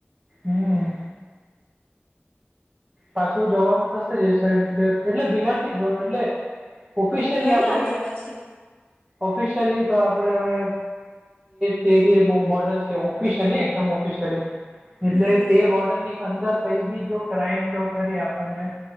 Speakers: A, on the right; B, on the left.
A: હમ પાછું જવાનું થશે જ એ સાઈડ એટલે, એટલે બિલાડ થી એટલે. ઓફિશિયલી
B: મળી
A: આપણે
B: આવજો પછી
A: ઓફિશિયલી તો આપણેે હવે. તે તે જે બોર્ડર્સ કે ઓફિસિયલી એકદમ ઓફિશિયલી. એટલે
B: હમ હમ
A: તે બોર્ડરની અંદર કઈ બી જો ક્રાઈમ કેવું કરી આપણને.